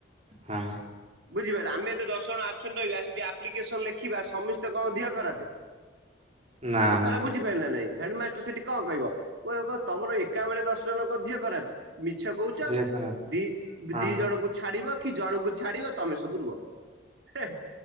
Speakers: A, on the right; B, on the right.
A: ହଁ
B: ବୁଝିପାଇଲ ଆମେ <unintelligible> ଦଶ ଜଣ ଆବସେଣ୍ଟ ରହିବା ସେଠି ଆପ୍ଲିକେସନ୍ ଲେଖିବା ସମିସ୍ତେ କଁ ଦିହ ଖରାପେ।
A: ନା
B: କଥାଟା
A: ନା
B: ବୁଝି <unintelligible> ହେଡମାଷ୍ଟର ସେଠି କଁ କହିବ କହିବ କଁ ତମର ଏକା ବୋଳେ ଦଶ ଜଣଙ୍କ ଦିହ ଖରାପ ମିଛ କୋହୁଚ
A: ଦେହ ଖରାପ
B: ଦି
A: ହଁ
B: ଦି ଜଣଙ୍କୁ ଛାଡିବ କି ଜଣଙ୍କୁ ଛାଡିବ ତମେ ସବୁ ରୁହ। <unintelligible>